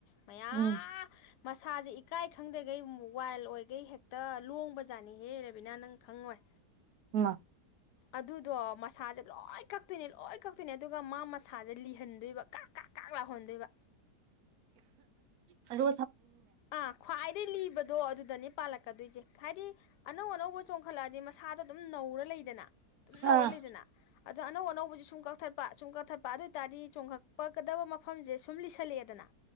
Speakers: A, on the left; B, on the right.
A: ꯃꯌꯥꯝ
B: ꯎꯝ
A: ꯃꯁꯥꯁꯦ ꯏꯀꯥꯏ ꯈꯪꯗꯈꯩ ꯋꯥꯏꯜ ꯑꯣꯏꯈꯩ ꯍꯦꯛꯇ ꯂꯣꯡꯕꯖꯥꯠꯅꯤ ꯍꯦꯕꯤꯅꯥ ꯅꯪ ꯈꯪꯉꯣꯏ
B: ꯃꯥ
A: ꯑꯗꯨꯗꯣ ꯃꯁꯥ ꯆꯠ ꯂꯣꯏ ꯀꯛꯇꯣꯏꯅꯦ ꯂꯣꯏ ꯀꯛꯇꯣꯏꯅꯦ ꯑꯗꯨꯒ ꯃꯥ ꯃꯁꯥꯁꯦ ꯂꯤꯍꯟꯗꯣꯏꯕ ꯀꯥꯛ ꯀꯥꯛ ꯀꯥꯛ ꯂꯥꯎꯍꯟꯗꯣꯏꯕ
B: ꯑꯗꯨ
A: ꯑ ꯈ꯭ꯋꯥꯗꯅꯤꯕ ꯑꯗꯣ ꯑꯗꯨꯗꯅꯦ ꯄꯥꯜꯂꯛꯀꯗꯣꯏꯁꯦ ꯈꯗꯤ ꯑꯅꯧ ꯑꯅꯧꯕ ꯆꯣꯡꯈꯠꯂꯛꯑꯗꯤ ꯃꯁꯥꯗꯣꯝ ꯅꯧꯔ ꯂꯩꯗꯅ ꯑꯗꯨꯝ ꯅꯧꯔ
B: ꯑꯥ
A: ꯂꯩꯗꯅ ꯑꯗ ꯑꯅꯧ ꯑꯅꯧꯕꯁ ꯁꯨꯝ ꯀꯛꯊꯠꯄ ꯁꯨꯝ ꯀꯥꯊꯠꯄ ꯑꯗꯨ ꯑꯣꯏꯇꯥꯔꯗꯤ ꯆꯣꯡꯈꯛꯄꯒꯗꯕ ꯃꯐꯝꯁꯦ ꯁꯨꯝ ꯆꯠꯂꯦꯗꯅ